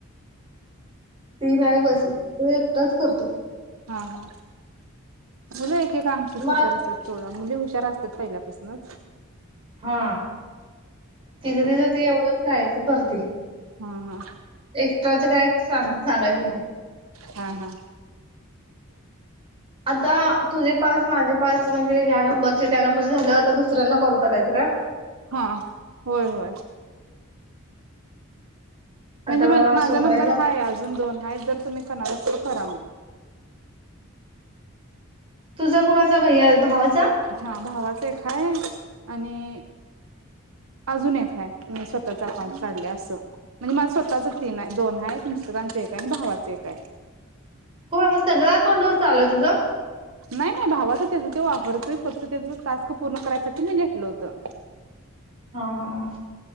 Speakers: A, on the right; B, on the right.
A: ती नाही बसत तो एकटाच करतो
B: हा हा मुल एकेककांक्षी
A: मग
B: हुशार असत्यात पोरं मुली हुशार असत्यात पहिल्यापसनच
A: हा तिज तिज ती एवढं पायाचं करते
B: हा हा
A: एक्स्ट्राच काय सांग सांगायच नाय
B: हा हा
A: आता तुझे पाच माझे पाच म्हणजे ह्या नंबरचे त्या नंबरचे झाल्यावर आता दुसऱ्यांना कॉल करायचा काय
B: हा होय होय
A: आता
B: म्हणजे माझा
A: सोमवारला
B: नंबर हाय अजून दोन हाय जर तुम्ही करणार असा करा मग
A: तुझा कुणाचा भैया भावाचा
B: हा भावाच एक हाय आणि अजून एक हाय मी स्वतःच अकाउंट काढलंय असं म्हणजे माझ स्वतःच तीन हाय दोन हाय मिस्टरांच एक हाय आणि भावाचं एक हाय
A: हो मग सगळं अकाउंट वर चाललय तुझं
B: नाय नाय भावाच त्याच ते वापरतोय फक्त त्याच टास्क पूर्ण करायसाठी मी घेतलं होत
A: हा हा हा.